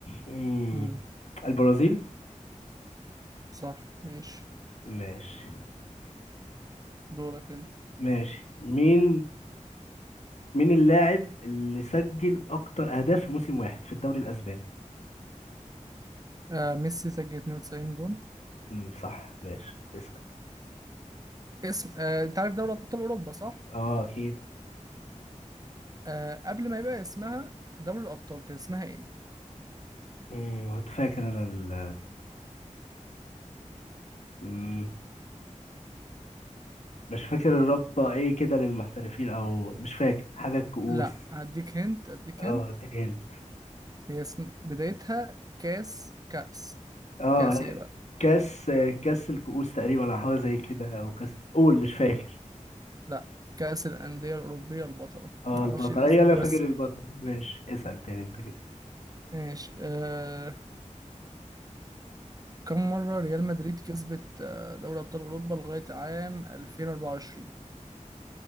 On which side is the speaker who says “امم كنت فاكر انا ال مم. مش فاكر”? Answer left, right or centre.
Left